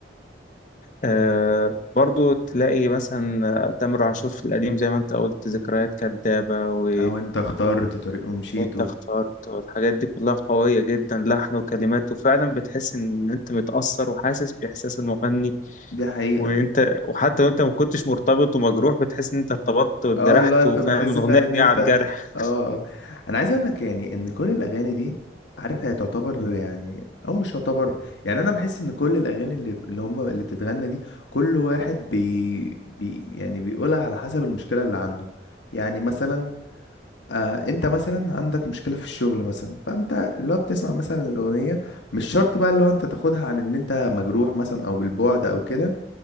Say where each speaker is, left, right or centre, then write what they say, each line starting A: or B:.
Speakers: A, on the left; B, on the left.
A: آه برضو تلاقي مثلا آه، تامر عاشور في القديم زي ما انت قلت ذكريات كدابه و...
B: او انت اخترت طريق ومشيته
A: وانت اخترت والحاجات دي كلها قويه جدا لحن وكلمات وفعلا بتحس ان انت متاثر وحاسس باحساس المغني
B: دي حقيقه
A: وانت وحتى لو انت ما كنتش مرتبط ومجروح بتحس ان انت ارتبطت واتجرحت
B: اه لا انت
A: وفاهم
B: بتحس
A: الاغنيه
B: فعلا ان انت
A: جايه على
B: اه
A: الجرح
B: آه. انا عايز اقول لك يعني ان كل الاغاني دي عارف هي تعتبر يعني او مش تعتبر يعني انا بحس ان كل الاغاني اللي اللي هم اللي بتتغنى دي كل واحد بي, بي يعني بيقولها على حسب المشكله اللي عنده يعني مثلا آه انت مثلا عندك مشكله في الشغل مثلا فانت اللي هو بتسمع مثلا الاغنيه مش شرط بقى اللي هو انت تاخدها عن ان انت مجروح مثلا او بالبعد او كده